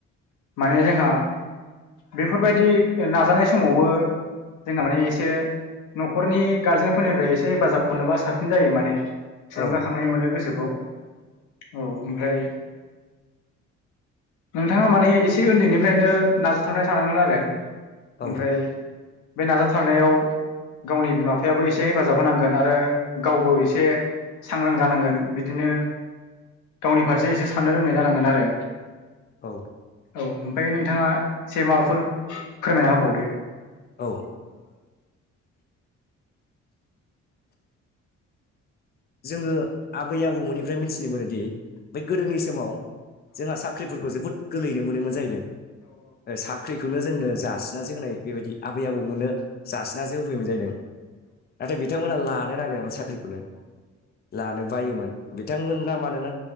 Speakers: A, on the left; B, on the left.
A: माने जोंहा बेफोरबायदि नाजानाय समावबो जोंना माने एसे न'खरनि गारजेनफोरनिफ्राय एसे हेफाजाबाव मोननोबा साबसिन जायो माने थुलुंगाखांनाय
B: औ
A: मोनो गोसोखौ औ ओमफ्राय नोंथाङा माने एसे उन्दैनिफ्रायनो नाजा थारनाय थानांगोन आरो
B: औ
A: ओमफ्राय बे नाजाथारनायाव गावनि बिमा बिफायाबो एसे हेफाजाब होनांगोन आरो गावबो एसे सांग्रां जानांगोन बिदिनो गावनि फारसे एसे साननो रोंनाय जानांगोन आरो।
B: औ।
A: औ ओमफ्राय नोंथाङा एसे माबाफोर फोरमायना होबावदो।
B: ओ जोङो आबै आबौमोननिफ्राय मिथिनो मोनोदि। बे गोदोनि समाव जोंहा साख्रिफोरखौ जोबोद गोरलैयैनो मोनोमोन जाहैदों। साख्रिखौनो जोंनो जासिनासो होनाय। बेबायदि आबै आबौ मोननो जासिनासो होफैयोमोन जाहैदों नाथाय बिथांमोना लानो नागिरामोन साख्रि। खौनो लानो बायोमोन बिथांमोना मानोना